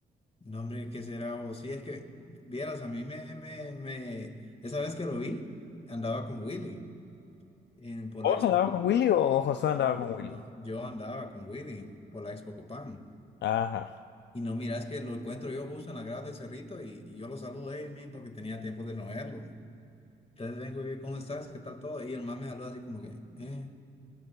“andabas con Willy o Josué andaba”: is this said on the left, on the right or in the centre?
Left